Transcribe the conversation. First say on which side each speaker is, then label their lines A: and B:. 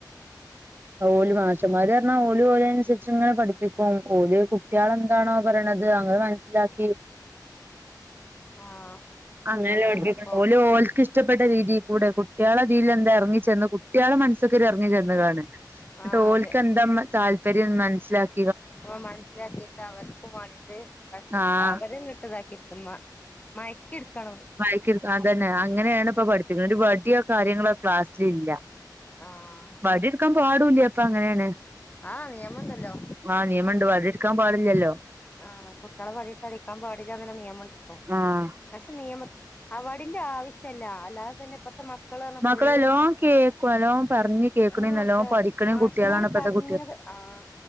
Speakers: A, on the right; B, on the left.
A: ഓല് മാഷമ്മാര്ർഞ്ഞാ ഓലും ഓലൻസര്ച്ച്ങ്ങെനെ പഠിപ്പിക്കും ഓല് കുട്ട്യാളെന്താണോ പറയ്ണെത് അങ്ങ് മൻ സ്സ്ലാക്കി
B: ആഹ്
A: അങ്ങനെല്ല
B: അങ്ങനെന്നെ
A: പഠിപ്പിക്ക്ണ്
B: ഇപ്പൊ
A: ഓല് ഓൽക്ക് ഇഷ്ടപ്പെട്ട രീതികൂടെ കുട്ടികളെ ഇതീൽ എന്താ ഇറങ്ങി ചെന്ന് കുട്ടികളെ മനസ്സ്ക്ക് ഇറങ്ങി ചെന്ന് കാണ് ന്നിട്ട്
B: ആഹ്
A: ഓൽക്ക്
B: അതെ
A: എന്താ താല്പര്യം മനസ്സിലാക്കി
B: അപ്പോ മനസ്സിലാക്കിട്ട് അവർക്കും വാണ്ടിട്ട്
A: ആഹ്
B: അവര് <unintelligible> മയ ക്കിടുക്കണം
A: മയക്കി എടു അതന്നെ അങ്ങനെയാണ് ഇപ്പോ പഠിപ്പിക്ക്ണത് ഒരു വടിയോ കാര്യങ്ങളോ ക്ലാസ്സിലില്ല
B: ആഹ്
A: വടിടുക്കാൻ പാടുല്ല ഇപ്പ അങ്ങനെയാണ്
B: ആഹ് നിയമംണ്ടല്ലോ
A: ആഹ് നിയമണ്ട് വടി എടുക്കാൻ പാടില്ലല്ലോ
B: ആഹ് കുട്ടികളെ വടി അടിക്കാൻ പാടില്ല എന്ന നിയമമുണ്ട് ഇപ്പോ
A: ആഹ്
B: പക്ഷെ നിയമം അ വടിന്റെ ആവശ്യല്ല അല്ലാതെ തന്നെ ഇപ്പത്തെ മക്ക മക്കളാണ്
A: മക്കള്
B: ഫുള്ള്
A: നല്ലോം കേക്കും നല്ലോം പറഞ്ഞ് കേക്കണേ
B: ആ
A: നല്ലോം പഠിക്കണേം
B: മാഷ്മാര്
A: കുട്ടികളാണ് ഇപ്പത്തെ
B: പറഞ്ഞത്
A: കുട്ടികൾ
B: ആഹ്